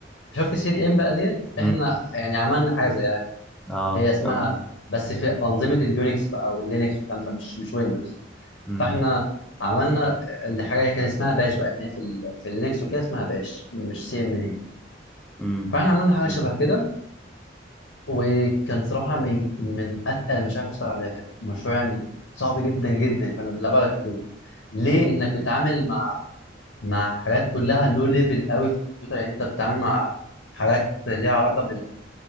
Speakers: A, on the left; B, in the centre.
A: شفت السي دي ام بقى ديت احنا
B: امم
A: يعني عملنا حاجه زيها
B: اه
A: هي
B: ان
A: اسمها
B: شاء الله
A: بس في في انظمه اليونكس بقى واللينكس والكلام ده مش مش ويندوز
B: امم
A: فاحنا عملنا اللي حاجه هي كان اسمها باش بقى يعني هي في ال في اللينكس وكده اسمها باش مش سي ام اي
B: امم
A: فاحنا عملنا حاجه
B: جميل
A: شبه كده وكان صراحه من من اتقل المشاريع اللي اشتغل عليها كده مشروع يعني صعب جدا جدا فانا لأبعد الحدود ليه انك بتتعامل مع مع حاجات كلها لو ليفل قوي في الكمبيوتر يعني انت بتتعامل مع حاجات ليها علاقه